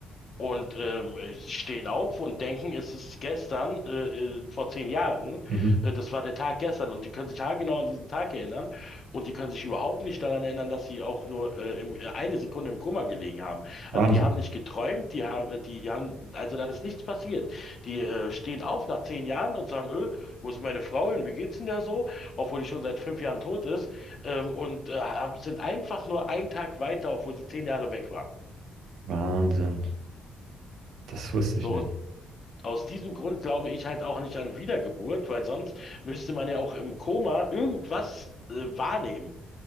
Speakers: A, on the left; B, on the right.
A: Und ähm, äh, sie stehen auf und denken, es ist gestern, äh, äh, vor zehn Jahren,
B: Mhm.
A: äh, das war der Tag gestern. Und die können sich haargenau an diesen Tag erinnern. Und die können sich überhaupt nicht daran erinnern, dass sie auch nur äh, im, äh, eine Sekunde im Koma gelegen haben.
B: Wahnsinn.
A: Also die haben nicht geträumt, die haben, äh, die haben, also da ist nichts passiert. Die äh, stehen auf nach zehn Jahren und sagen, öh, wo ist meine Frau hin? Wie geht's denn da so? Obwohl die schon seit fünf Jahren tot ist. Ähm, und äh, hab- sind einfach nur einen Tag weiter, obwohl sie zehn Jahre weg waren.
B: Wahnsinn. Das wusste ich
A: So,
B: nicht.
A: und aus diesem Grund glaube ich halt auch nicht an Wiedergeburt, weil sonst müsste man ja auch im Koma irgendwas äh, wahrnehmen.